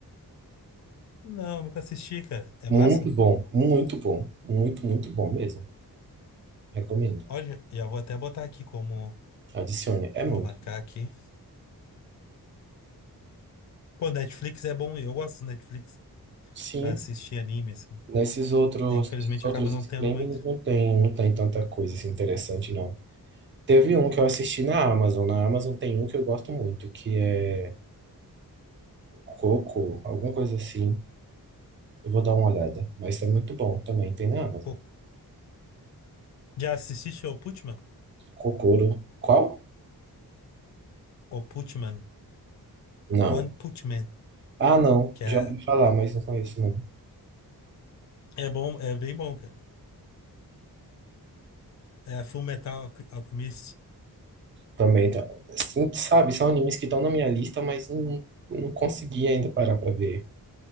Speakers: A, on the left; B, on the right.
A: Não, nunca assisti, cara. É
B: Muito
A: massa?
B: bom, muito bom. Muito, muito bom mesmo. Recomendo.
A: Olha, já vou até botar aqui como.
B: Adicione. É muito.
A: Vou marcar aqui. Pô, Netflix é bom, eu gosto do Netflix
B: Sim,
A: pra assistir anime, assim.
B: nesses outros,
A: É, infelizmente
B: esses outros
A: acaba não
B: streamings
A: tendo muito.
B: não tem, não tem tanta coisa assim, interessante, não. Teve um que eu assisti na Amazon. Na Amazon tem um que eu gosto muito, que é Coco, alguma coisa assim. Eu vou dar uma olhada. Mas é muito bom também, tem na Amazon.
A: Co- Já assististe o Putman?
B: Kokoro. Qual?
A: O Putman.
B: Não.
A: One Putman.
B: Ah, não.
A: Que
B: Já
A: é,
B: ouvi falar, mas não conheço, não.
A: é bom, é bem bom, cara. É Full Metal Alqu- Alchemist.
B: Também tá. Sim, sabe, são animes que estão na minha lista, mas não, não consegui ainda parar pra ver.